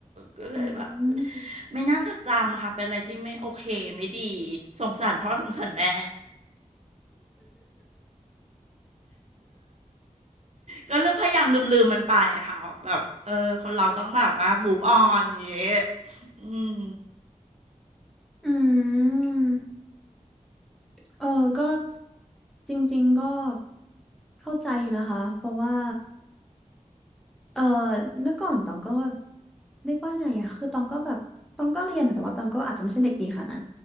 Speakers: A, on the right (about 55°); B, in the centre.
A: ก็เลยแบบ
B: อืม
A: ไม่น่าจดจำอะค่ะเป็นอะไรที่ไม่โอเคไม่ดีสงสารพ่อสงสารแม่ ก็เลือกพยายามลืมๆมันไปอะค่ะแบบเออคนเราต้องแบบว่า move on อย่างเงี้ยอืม
B: อืมเออก็จริงๆก็เข้าใจนะคะ เพราะว่าเออเมื่อก่อนตองก็เรียกว่าไงอะคือตองก็แบบตองก็เรียนแต่ว่าตองก็อาจจะไม่ใช่เด็กดีขนาดนั้น